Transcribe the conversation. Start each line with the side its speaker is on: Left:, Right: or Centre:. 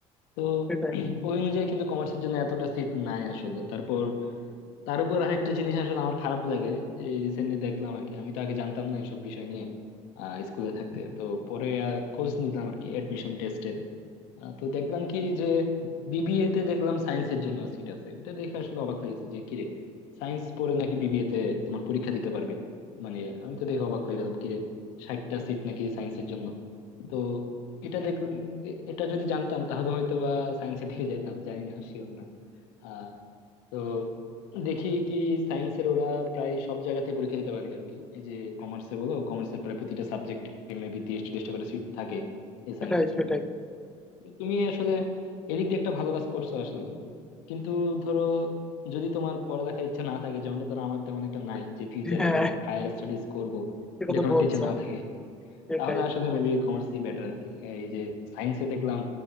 Left: তো
Centre: সেটাই
Left: ওই অনুযায়ী কিন্তু কমার্সের জন্য এতটা সিট নাই আসলে তারপর তার উপর আরেকটা জিনিস আসলে আমার খারাপ লাগে এই রিসেন্টলি দেখলাম আর কি আমি তো আগে জানতাম না এসব বিষয় নিয়ে আহ স্কুলে থাকতে তো পরে আহ, খোঁজ নিলাম আর কি অ্যাডমিশন আহ, তো দেখলাম কি যে বিবিএ তে দেখলাম সায়েন্সের জন্য সিট আছে এটা দেখে আসলে অবাক হয়ে গেছি যে কিরে সায়েন্স পড়ে নাকি বিবিএ তে তোমার পরীক্ষা দিতে পারবে মানে আমি তো দেখে অবাক হয়ে গেলাম কিরে ষাটটা সিট নাকি সায়েন্সের জন্য তো এটা দেখ এটা যদি জানতাম তাহলে হয়তো বা সায়েন্সের দিকে যেতাম জানি না শিওর না আহ তো দেখি কি সায়েন্সের ওরা প্রায় সব জায়গাতে পরীক্ষা দিতে পারে আর কি এই যে কমার্সে বলো কমার্সের প্রায় প্রতিটা সাবজেক্ট মেবি তিরিশ চল্লিশটা করে সিট থাকে এই
Centre: সেটাই
Left: সায়েন্সের জন্য
Centre: সেটাই
Left: তুমি আসলে এদিক দিয়ে একটা ভালো কাজ করছো আসলে কিন্তু ধরো যদি তোমার পড়ালেখার ইচ্ছা না থাকে যেমনটা ধরো আমার তেমন একটা নাই যে ফিউচারে
Centre: হ্যাঁ
Left: ধরো হায়ার স্টাডিজ করব
Centre: সেটা
Left: এরকম
Centre: তো বলছো
Left: একটা ইচ্ছা না থাকে
Centre: সেটাই
Left: তাহলে আসলে মেবি কমার্সই বেটার আর কি এই যে সায়েন্সে দেখলাম